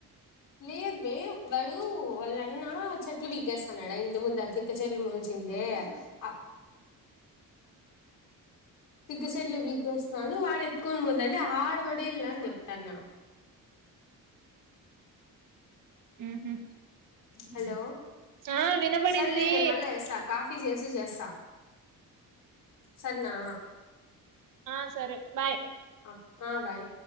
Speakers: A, on the left (about 65°); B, on the right (about 65°).
A: లేదు వే వాడు వాళ్ళన్నా చెట్లు బీకేస్తాన్నడా ఇంటి ముందు అ పిచ్చి చెట్లు మొలిచినవి ఉండే ఆ పిచ్చి చెట్లు పికేస్తున్నాడు వాడు ఎత్తుకొని పోతుంటే ఆడపడేయిళ్ళి అని చెప్తాన్న
B: ఉహు
A: హలో
B: ఆ వినబడింది
A: సార్ నేను మళ్ళ చేస్తా కాసేపాగి టిఫిన్ చేసి చేస్తా సరేనా
B: ఆ సరే బాయ్
A: అక్క బాయ్